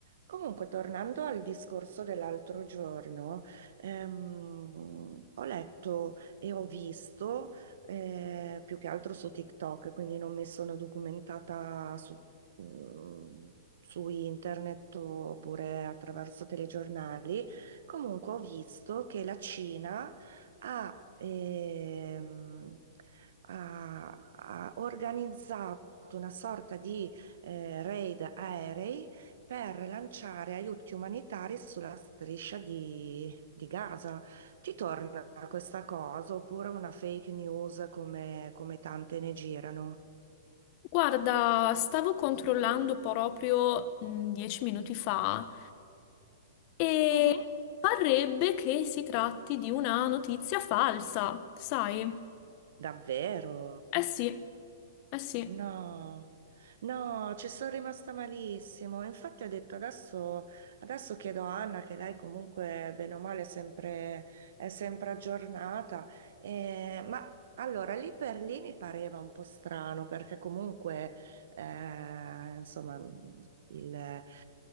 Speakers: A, on the right (about 60°); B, on the left (about 40°).
A: Comunque, tornando al discorso dell'altro giorno, ehm, ho letto e ho visto eh, più che altro su TikTok, quindi non mi sono documentata su, mm, su internet oppure attraverso telegiornali. Comunque, ho visto che la Cina ha, ehm, ha ha organizzato una sorta di eh, raid aerei per lanciare aiuti umanitari sulla striscia di, di Gaza. Ti torna questa cosa oppure una fake news come, come tante ne girano?
B: Guarda, stavo controllando proprio mh, dieci minuti fa e
A: Mhm.
B: parrebbe che si tratti di una notizia falsa, sai?
A: Davvero?
B: Eh sì, eh sì,
A: No, no, ci sono rimasta malissimo. Infatti ho detto adesso, adesso chiedo a Anna, che lei comunque bene o male è sempre, è sempre aggiornata. Eh, ma allora lì per lì mi pareva un po' strano perché comunque eh, insomma il,